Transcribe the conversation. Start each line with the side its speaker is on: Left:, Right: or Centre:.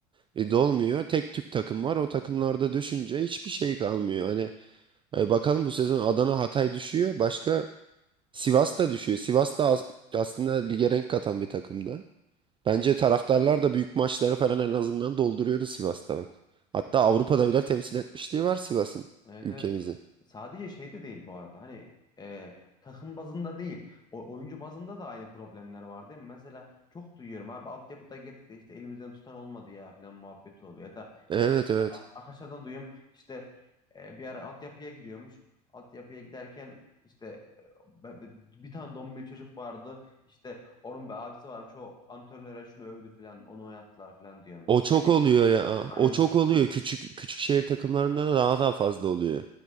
Right: E, dolmuyor. Tek tük takım var. O takımlarda düşünce hiçbir şey kalmıyor. Hani e, bakalım bu sezon Adana Hatay düşüyor. Başka Sivas da düşüyor. Sivas da as- aslında lige renk katan bir takımdı. Bence taraftarlar da büyük maçları falan en azından dolduruyordu Sivas'ta bak. Hatta Avrupa'da bile temsil etmişliği var Sivas'ın
Left: Evet
Right: ülkemizi.
Left: evet. Sadece şey de değil bu arada. Hani e, takım bazında değil. O, oyuncu bazında da aynı problemler var değil mi? Mesela çok duyuyorum abi altyapıda girdik de işte elimizden tutan olmadı ya falan muhabbeti oluyor. Ya da
Right: Evet
Left: işte
Right: evet.
Left: a- arkadaşlardan duyuyorum işte e, bir ara altyapıya gidiyormuş. Altyapıya giderken işte e, be- be- bir tane dombil çocuk vardı. İşte onun bir abisi varmış o antrenöre şunu övdü falan onu oynattılar falan diyor mesela.
Right: O çok
Left: Yani,
Right: oluyor ya.
Left: aynen.
Right: O çok oluyor. Küçük küçük şehir takımlarında da daha daha fazla oluyor.